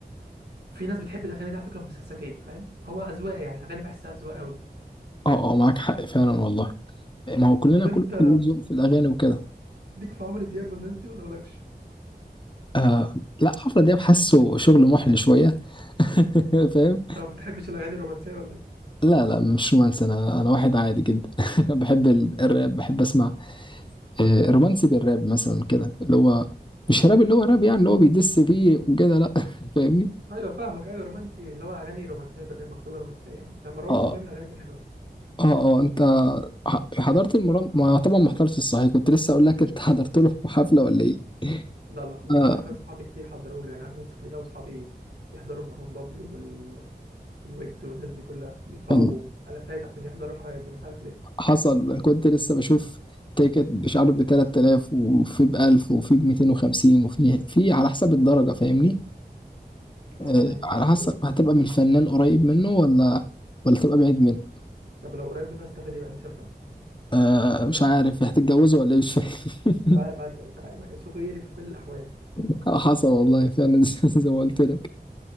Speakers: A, on the right (about 85°); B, on the left (about 30°).
A: في ناس بتحب الاغاني دي على فكره مسلسجيه فاهم هو اذواق يعني الاغاني بحسها اذواق قوي
B: اه اه معاك حق فعلا والله ما هو كلنا
A: وانت
B: كل كل ذوق في الأغاني وكده
A: ليك في عمرو دياب والناس دي ولا مالكش
B: آه لا عفرة دياب حاسه شغل محل شوية <laughs> فاهم
A: طب ما بتحبش الاغاني الرومانسيه ولا ايه
B: لا لا مش رومانسي انا انا واحد عادي جدا <laughs> بحب ال-
A: طب.
B: الراب بحب اسمع آه، رومانسي بالراب مثلا كده اللي هو مش راب اللي هو راب يعني اللي هو بيدس فيه وكده لا <laughs> فاهمني
A: ايوه فاهمك ايوه رومانسي اللي هو اغاني رومانسيه بالر- مكتوبه رومانسيه يعني يعني مروان
B: اه
A: موسى بيعمل اغاني دي حلوه
B: اه اه انت ح- حضرت المرام ما طبعا ما حضرتش الصحيح كنت لسه اقول لك انت <laughs> حضرت له حفله ولا ايه
A: لا لا خ- بس
B: اه
A: اعرف ناس صحابي كتير حضروا له يعني عارف ناس كتير قوي صحابي بيحضروا مروان بابلو والويجز والناس دي كلها بيدفعوا
B: والله
A: الافات عشان يحضروا الحاجات دي مش عارف ليه
B: حصل كنت لسه بشوف تيكت مش عارف ب 3000 وفي ب 1000 وفي ب 250 وفي في على حسب الدرجه فاهمني آه،
A: اه مع ان
B: على
A: يعني
B: حسب هتبقى من الفنان قريب منه ولا ولا تبقى بعيد منه
A: طب لو قريب منه استفاد يبقى نفسي افهم
B: آه مش عارف هتتجوزه ولا إيه؟ مش فاهم
A: مش عارف مش عارف صوته يقرف في كل الاحوال
B: <laughs> حصل والله فعلا <laughs> زي ما قلت لك